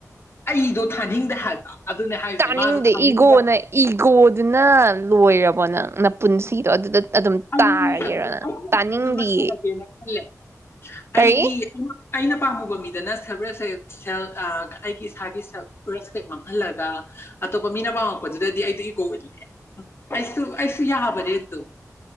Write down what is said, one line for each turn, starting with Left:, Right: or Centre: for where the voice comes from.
Left: ꯑꯩꯗꯣ ꯊꯥꯅꯤꯡꯗꯦ ꯍꯥꯏꯕ ꯑꯗꯨꯅꯦ ꯍꯥꯏꯔꯤꯁꯦ
Right: ꯇꯥꯅꯤꯡꯗꯦ
Left: ꯃꯥꯁꯨ ꯊꯥꯅꯤꯡꯗꯦ
Right: ꯏꯒꯣꯅ
Left: ꯍꯥꯏꯕ
Right: ꯏꯒꯣꯗꯨꯅ ꯂꯣꯏꯔꯕꯣ ꯅꯪ ꯄꯨꯟꯁꯤꯗꯣ ꯑꯗꯨꯗ ꯑꯗꯨꯝ
Left: ꯑꯩ
Right: ꯇꯥꯔꯒꯦꯔꯥ
Left: ꯑꯩ
Right: ꯇꯥꯅꯤꯡꯗꯤꯌꯦ
Left: ꯑꯗꯨꯝ ꯂꯣꯏꯁꯤꯜꯂꯒꯦꯅ ꯈꯜꯂꯦ
Right: ꯀꯔꯤ
Left: ꯑꯩꯒꯤ ꯑꯩꯅ ꯄꯥꯝꯃꯨꯕ ꯃꯤꯗꯅ ꯁꯕꯔꯦꯁ ꯁꯦꯜ ꯁꯦꯐ ꯑ ꯑꯩꯒꯤ ꯏꯁꯥꯒꯤ ꯁꯦꯜꯐ ꯔꯦꯁꯄꯦꯛ ꯃꯥꯡꯍꯜꯂꯒ ꯑꯇꯣꯞꯄ ꯃꯤꯅ ꯄꯥꯝꯃꯛꯄꯗꯨꯗꯗꯤ ꯑꯩꯗꯨ ꯏꯒꯣꯒꯗꯤꯅꯦ ꯑꯩꯁꯨ ꯑꯩꯁꯨ ꯌꯥꯕꯅꯦꯗꯨꯝ